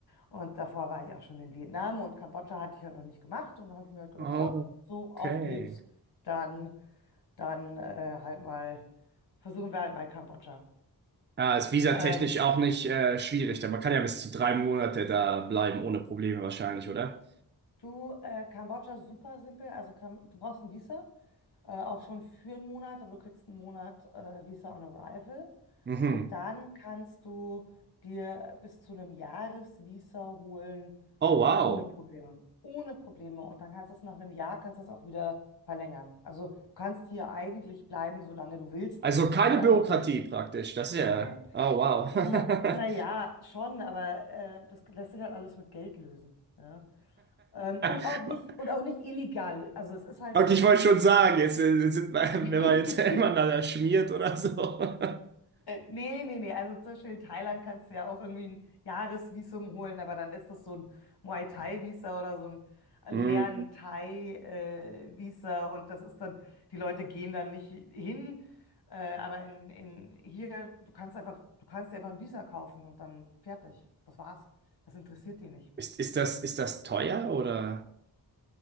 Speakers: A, on the left; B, on the right.
A: Und davor war ich auch schon in Vietnam und Kambodscha hatte ich halt noch nicht gemacht. Und dann habe ich mir halt gedacht,
B: Oh,
A: ja, so, auf
B: okay.
A: geht's. Dann, dann äh, halt mal, versuchen wir halt mal Kambodscha.
B: Ja, ist visatechnisch
A: Ähm,
B: auch nicht äh, schwierig. da Man kann ja bis zu drei Monate da bleiben, ohne Probleme wahrscheinlich, oder?
A: Du, äh, Kambodscha ist super simpel. Also Kam du brauchst ein Visa, äh, auch schon für einen Monat, aber du kriegst einen Monat äh, Visa on Arrival.
B: Mhm.
A: Und dann kannst du dir bis zu einem Jahresvisa holen,
B: Oh, wow.
A: ohne Probleme. Ohne Probleme. Und dann kannst du es nach einem Jahr, kannst du es auch wieder verlängern. Also du kannst hier eigentlich bleiben, solange du willst.
B: Also keine
A: Du musst halt
B: Bürokratie
A: einfach nur...
B: praktisch. Das ist
A: Nee.
B: ja. Oh, wow.
A: Na, naja, schon, aber äh, das lässt sich halt alles mit Geld lösen. ja. Ähm, und
B: <laughs>
A: auch nicht, und auch nicht illegal. Also es ist halt,
B: Okay, ich wollte
A: das,
B: schon
A: das
B: sagen, jetzt, äh, jetzt sind, wir- <laughs>
A: <laughs>
B: wenn man jetzt <laughs> miteinander schmiert oder so. <laughs>
A: Nee, nee, nee. Also zum Beispiel in Thailand kannst du ja auch irgendwie ein Jahresvisum holen, aber dann ist das so ein Muay Thai-Visa oder so ein Lern-Thai-Visa
B: Hm.
A: und das ist dann, die Leute gehen dann nicht hin. Äh, aber in, in hier, du kannst einfach, du kannst dir einfach ein Visa kaufen und dann fertig. Das war's. Das interessiert die nicht.
B: Ist, ist das, ist das teuer oder?